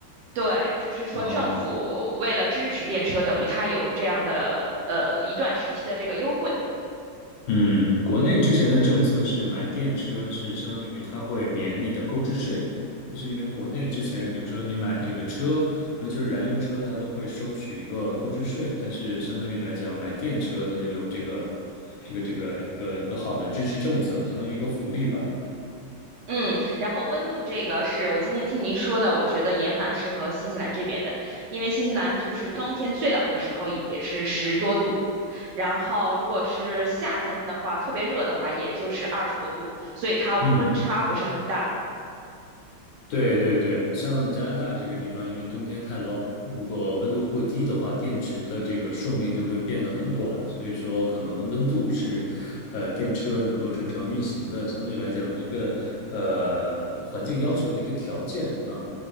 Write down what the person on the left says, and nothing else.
哦，
嗯，国内之前的政策是买电车是相当于它会免你的购置税，就是因为国内之前，比如说你买这个车，尤其是燃油车，它都会收取一个购置税，但是相当于来讲，买电车它就有这个这个这个一个一个好的支持政策，相当于一个福利吧。
嗯。对对对，像加拿大这个地方，因为冬天太冷，如果温度过低的话，电池的这个寿命就会变得很短，所以说可能温度是，呃，电车能够正常运行的相对来讲的一个呃环境要求的一个条件啊。